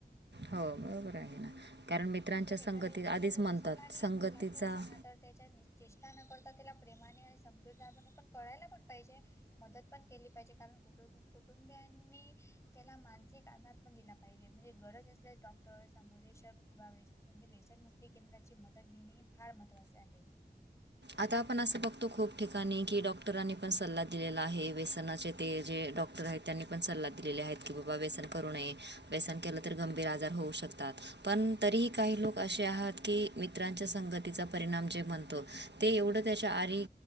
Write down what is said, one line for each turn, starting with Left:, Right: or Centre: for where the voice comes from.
Right: हो बरोबर आहे ना. कारण
Left: हो
Right: मित्रांच्या
Left: आणि जर
Right: संगतीत
Left: एखाद्या व्यक्तीला
Right: आधीच
Left: जर
Right: म्हणतात
Left: वेसन लाग
Right: संगतीचा
Left: लागले असेल ना तर त्याच्याचेष्टा न करता. आ त्याला प्रेमाने आणि समजूतदारपणे पण कळायला पण पाहिजे. मदत पण केली पाहिजे कारण कुटुंबियांनी. त्याला मानसिक आधार पण दिला पाहिजे म्हणजे गरज असल्यास डॉक्टर समुदेशक. किंवा वेसन म्हणजे व्यसनमुक्ती केंद्राची मदत घेणे हे फार महत्त्वाचे आहे.
Right: आता आपण असं बघतो खूप ठिकाणी की डॉक्टरांनी पण सल्ला दिलेला आहे. त्यांना ते जे डॉक्टर आहेत त्यांनी पण सल्ला दिलेले आहेत की बाबा व्यसन. करू नये व्यसन केलं तरी गंभीर आजार होऊ शकतात. पण तरीही काही लोक असे आहात. की मित्रांच्या संगतीचा परिणाम जे म्हणतो. ते एवढं त्याच्या आहारी